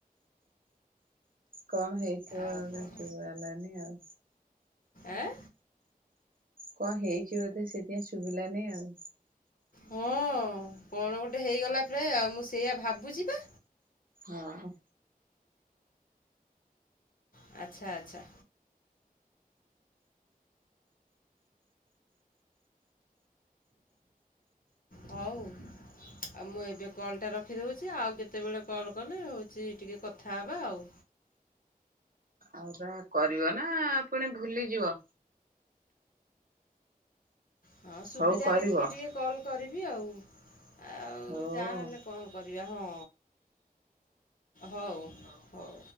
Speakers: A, on the right; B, on the left.
A: କଣ ହେଇଥିବ
B: ଆଉ
A: ବୋଧେ
B: କଣ
A: ଶୁଭା ହେଲାନି ଆଉ।
B: ଆଁ।
A: କଁ ହେଇଛି ବୋଧେ ସେଇଥିପାଇଁ ଶୁଭିଲାନି ଆଉ।
B: ହଁ କଣ ଗୋଟେ ହେଇଗଲା ପ୍ରାୟ ମୁଁ ସେଇଆ ଭାବୁଛି ପା।
A: ହଁ।
B: ହଁ ଆଚ୍ଛା ଆଚ୍ଛା। ହଉ। ଆଉ ମୁଁ ଏବେ କଲଟା ରଖିଦଉଛି ଆଉ କେତେବେଳେ କଲ୍ କଲେ ହଉଛି ଟିକେ କଥା ହବା ଆଉ।
A: ଆଉ ବା କରିବ ନା ଫୁଣି ଭୁଲିଯିବ?
B: ହଁ ସୁବିଧା
A: ହଉ କରିବ
B: ଦେଖିକି ଟିକେ କଲ୍ କରିବି ଆଉ ଆଉ
A: ହଉ
B: ଯାହା ହେଲେ କଣ କରିବା ହଁ ହଉ ହଉ।